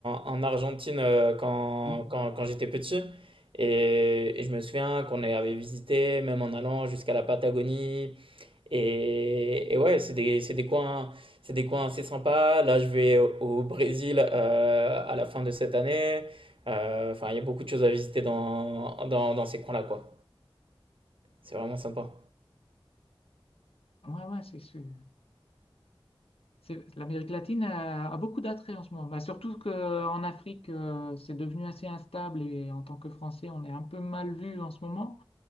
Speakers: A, on the right; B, on the left.
A: en Argentine euh, quand,
B: Hmm.
A: quand, quand j'étais petit. Et, et je me souviens qu'on avait visité, même en allant jusqu'à la Patagonie. Et, et ouais, c'est des, c'est des coins, c'est des coins assez sympas. Là, je vais au, au Brésil euh, à la fin de cette année. Euh, Enfin, il y a beaucoup de choses à visiter dans, dans, dans ces coins-là, quoi. C'est vraiment sympa.
B: ouais, ouais, c'est, c'est- c'est- l'Amérique latine a, a beaucoup d'attraits en ce moment. Bah, surtout qu'en Afrique, euh, c'est devenu assez instable et en tant que Français, on est un peu mal vu en ce moment.